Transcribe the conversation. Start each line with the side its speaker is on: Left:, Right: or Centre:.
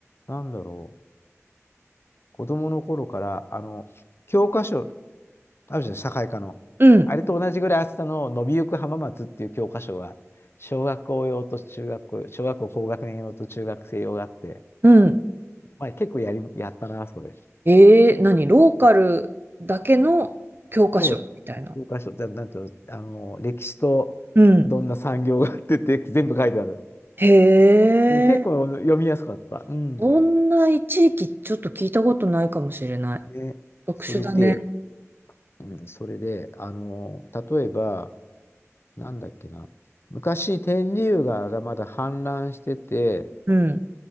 Left: なんだろう、子供の頃から、あの、教科書、あるじゃん、社会科の。
Right: うん。
Left: あれと同じぐらい厚さの伸びゆく浜松っていう教科書が、小学校用と中学校、小学校高学年用と中学生用があって、
Right: うん
Left: まあ結構やり、やったな、それ。
Right: ええ、何ローカルだけの教科書みたいな。
Left: そう、教科書、だなんていうの、あの、歴史とどんな産業があってって全部書いてある。
Right: うん。へえ、
Left: もう結構読みやすかった。うん。
Right: そんな地域ちょっと聞いたことないかもしれない。
Left: ね、
Right: 特殊だね。
Left: それで、うん、それで、あの、例えば、なんだっけな、昔、天竜川がまだ氾濫してて、
Right: うん。